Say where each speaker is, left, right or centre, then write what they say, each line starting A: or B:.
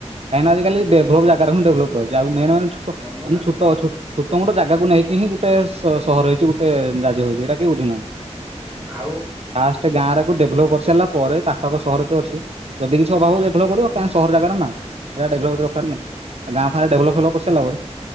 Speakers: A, on the right; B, on the right.
A: କାଇଁନା ଆଜିକାଲି ଡେଭଲପ ଯାଗାରେ ହିଁ ଡେଭଲପ କରାଯାଉଛି। ଆଉ ମେନ ମେନ ନେ ଛୋଟ
B: ହଁ
A: ମାନେ
B: ପରା
A: ଛୋ ଟ ଛୋ ଛୋଟ ମୋଟ ଜାଗାକୁ ନେଇକି ହିଁ ଗୋଟେ ସ ସହର ହେଇଛି, ଗୋଟେ ରାଜ୍ୟ ହୋଇଛି ଏଇଟା କେହି ବୁଝୁନାହାନ୍ତି।
B: ହୁଁ ଆଉ
A: ଫାଷ୍ଟ ଗାଁ ରାକୁ ଡେଭଲପ କରିସାରିଲା ପରେ, ପାଖ ଆଖ ସହର ତ ଅଛି ଯଦି କିଛି ଅଭାବ ହବ ଡେଭଲପ କରିବ କା ସହର ଯାଗାଟାନା ଏଟା ଡେଭଲପ୍ ଏତେ ଦରକାର ନାଇ। ଆ ଗାଁ ଫାଁ ରେ ଡେଭଲପ ଫେଭଲପ କରିସାରିଲା ପରେ,